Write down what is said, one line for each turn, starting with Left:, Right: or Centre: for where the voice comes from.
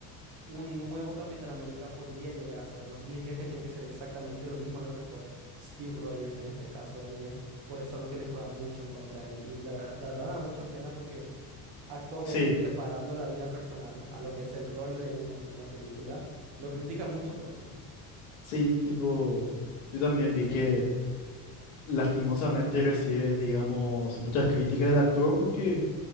Right: un nuevo Capitán América podría llegar a ser. No significa que tiene que ser exactamente lo mismo en lo que fue Steve Rogers en este caso, y es por eso lo que le juega mucho en contra de él. Y la verdad, la verdad me da mucha pena porque actores
Left: sí,
Right: separando la vida personal a lo que es el rol de uno en una película, lo critican mucho por eso.
Left: sí, tipo, yo también vi que lastimosamente recibe, digamos, muchas críticas del actor porque